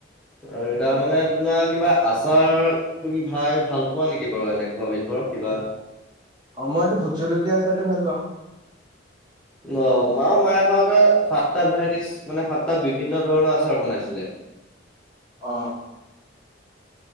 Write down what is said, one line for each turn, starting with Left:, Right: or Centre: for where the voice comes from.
Centre: আৰু তাৰ মানে তোমাৰ কিবা আচাৰ তুমি ভাই ভাল পোৱা নিকি বাৰু এনেকুৱা বিধৰ কিবা
Right: অ মই এইটো ভোট জলকীয়া আচাৰটো ভাল পাওঁ
Centre: অ মা মায়ে বাৰুতে সাতটা ভেৰাইটিজ মানে সাতটা বিভিন্ন ধৰণৰ আচাৰ বনাইছিলে
Right: অ